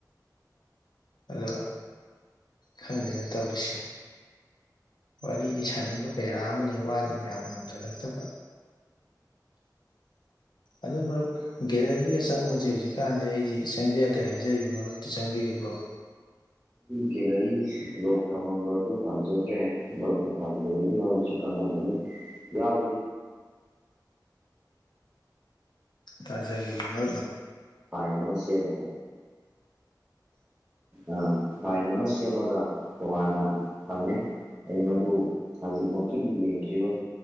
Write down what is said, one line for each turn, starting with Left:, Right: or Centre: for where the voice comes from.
Left: ꯑꯗꯣ ꯈꯪꯗꯦꯅ ꯇꯧꯔꯤꯁꯦ ꯋꯥꯔꯤꯗꯤ ꯁꯥꯅꯤꯡꯕ ꯀꯌꯥ ꯑꯃꯅꯤ ꯋꯥꯗꯤ ꯉꯅ ꯉꯝꯖꯜꯂꯛꯇꯕ ꯑꯗꯨ ꯃꯔꯨꯞ ꯒꯦꯂꯔꯤꯒ ꯆꯪꯕꯁꯤ ꯍꯧꯖꯤꯛꯀꯥꯟꯁꯦ ꯑꯩꯗꯤ ꯆꯪꯖꯗꯦ ꯍꯥꯏꯖꯔꯤꯕ ꯃꯔꯨꯞꯇꯤ ꯆꯪꯕꯤꯔꯤꯕ <unintelligible>
Right: ꯒꯦꯂꯔꯤ ꯂꯣꯛ ꯊꯝꯃꯝꯕ ꯑꯗꯨ ꯊꯝꯖꯗ꯭ꯔꯦ ꯃꯔꯨꯞꯅ ꯊꯝꯗ꯭ꯔꯤꯕꯒꯤ ꯃꯔꯝꯁꯤ ꯈꯪꯂꯝꯒꯅꯤ ꯌꯥꯎꯕꯗꯤ
Left: ꯇꯥꯖꯒ ꯉ
Right: ꯐꯥꯏꯅ ꯃꯁ ꯑꯃꯒ
Left: <unintelligible>
Right: ꯑꯥ ꯐꯥꯏꯟ ꯑꯃ ꯁꯦꯝꯃꯒ ꯇꯣꯉꯥꯟꯅ ꯊꯝꯃꯦ ꯑꯩ ꯃꯗꯨ ꯍꯧꯖꯤꯛꯃꯛꯀꯤꯗꯤ ꯌꯦꯡꯈꯤꯔꯣꯏ